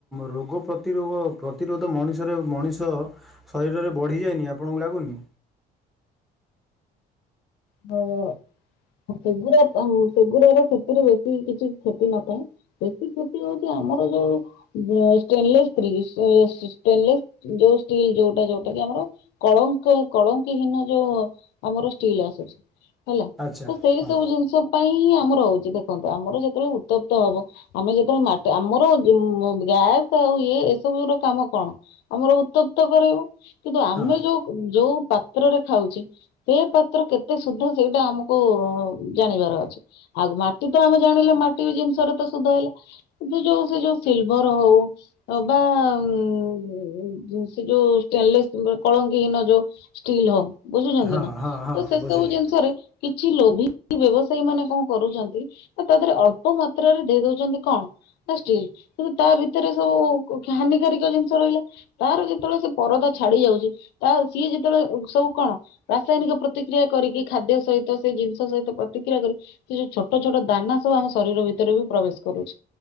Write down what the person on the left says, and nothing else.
ହଵ। ସେଗୁଡା ସେଗୁଡାର ସେଥିରେ ବେଶୀ କିଛି କ୍ଷତି ନଥାଏ। ଏତି କ୍ଷତି ହଉଛି ଆମର ଯୋଉ <unintelligible> ଷ୍ଟେନଲେସଷ୍ଟିଲ ଯୋଉଟା ଯୋଉଟା କି ଆମର କଳଙ୍କ କଳଙ୍କି ହୀନ ଯୋଉ ଆମର ଷ୍ଟିଲ୍ ଆସୁଛି ହେଲା
ତ ସେଇ
ସବୁ ଜିନିଷ ପାଇଁ ହିଁ ଆମର ହଉଛି ଦେଖନ୍ତୁ ଆମର ଯେତେବେଳେ ଉତ୍ତପ୍ତ ହବ ଆମେ ଯେତେବେଳେ ମାଟ ଆମର ଗ୍ୟାସ ଆଉ ଇଏ ଏସବୁ ର କାମ କଣ। ଆମର ଉତ୍ତପ୍ତ କରାଇବ କିନ୍ତୁ ଆମେ
ଯୋଉ ଯୋଉ ପାତ୍ରରେ ଖାଉଛେ ସେ ପାତ୍ର କେତେ ସୁଧ ସେଇଟା ଆମକୁ ଜାଣିବାର ଅଛି ଆଉ ମାଟି ତ ଆମେ ଜାଣିଲେ ମାଟି ଜିନିଷର ତ ସୁଧ ହେଲା। କି ଯୋଉ ସେ ଯୋଉ ସିଲଭର ହଉ ବା ଉ ସେ ଯୋଉ ଷ୍ଟେନ୍ ଲେସ କଳଙ୍କିହୀନ ଯଉ ଷ୍ଟିଲ୍ ହଉ ବୁଝୁଛନ୍ତି
ନା
ତ ସେ
ସବୁ ଜିନିଷରେ କିଛି ଲୋଭି ବ୍ୟବସାୟୀ ମାନେ କଣ କରୁଛନ୍ତି ତା ଦେହରେ ଅଳ୍ପ ମାତ୍ରାରେ ଦେଇ ଦଉଛନ୍ତି କଣ ନା ଷ୍ଟିଲ କିନ୍ତୁ ତା ଭିତରେ ସବୁ ହାନିକାରକ ଜିନିଷ ରହିଲା ତାର ଯେତେବେଳେ ସେ ପରଦା ଛାଡି ଯାଉଛି ତା ସିଏ ଯେତେବେଳେ ସବୁ କଣ ରାସାୟନିକ ପ୍ରତିକ୍ରିୟା କରିକି ଖାଦ୍ୟ ସହିତ ସେ ଜିନିଷ ସହିତ ପ୍ରତିକ୍ରିୟା କରିକି ସେ ଯୋଉ ଛୋଟ ଛୋଟ ଦାନା ସବୁ ଆମ ଶରୀର ଭିତରେ ବି ପ୍ରବେଶ କରୁଛି